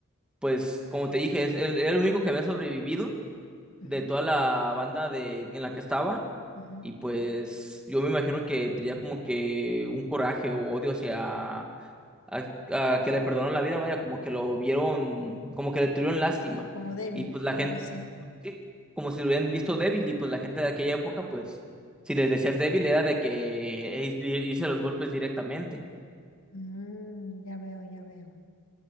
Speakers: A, in the centre; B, on the left.
A: pues como te dije, es, él era el único que había sobrevivido
B: Ujú,
A: de toda la banda de, en la que estaba
B: ujú.
A: Y pues yo me imagino que tenía como que un coraje o odio hacia a, a que le perdonaron la vida, vaya, como que lo vieron, como que le tuvieron lástima.
B: Como débil,
A: Y pues la
B: algo
A: gente,
B: así.
A: sí, como si lo hubieran visto débil, y pues la gente de aquella época, pues, si les decías débil, era de que eh, hice los golpes directamente.
B: Mm, ya veo, ya veo.